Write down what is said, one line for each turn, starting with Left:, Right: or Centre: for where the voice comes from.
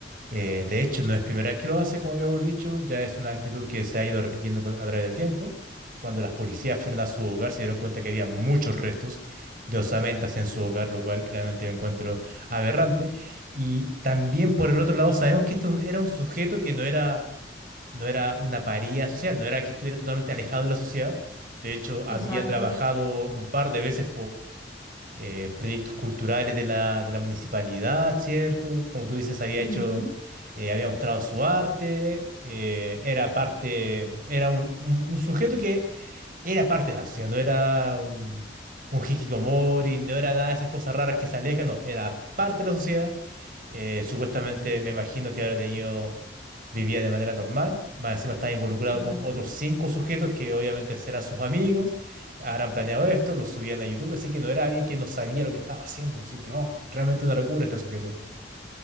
Right: Eh, de hecho, no es primera vez que lo hace, como habíamos dicho, ya es una actitud que se ha ido repitiendo con- a través del tiempo. Cuando las policías fueron a su hogar, se dieron cuenta que había muchos restos de osamentas en su hogar, lo cual realmente lo encuentro aberrante. Y también, por el otro lado, sabemos que este era un sujeto que no era, no era una paría social, no era que estuviera totalmente alejado de la sociedad. De hecho,
Left: Exacto.
Right: había trabajado un par de veces eh, proyectos culturales de la, de la municipalidad, ¿cierto? Como tú dices, había
Left: Ujú,
Right: hecho, eh, había mostrado su arte, eh, era parte, era un, un- un sujeto que era parte de la sociedad, no era un, un hikikomori, no era nada de esas cosas raras que se alejan, no, era parte de la sociedad. Eh, supuestamente me imagino que habrá tenido vivía de manera normal, más encima estaba involucrado
Left: Exacto.
Right: con otros cinco sujetos que obviamente serán sus amigos, habrán planeado esto, lo subían a YouTube, así que no era alguien que no sabía lo que estaba haciendo, así que, oh, realmente una locura este sujeto.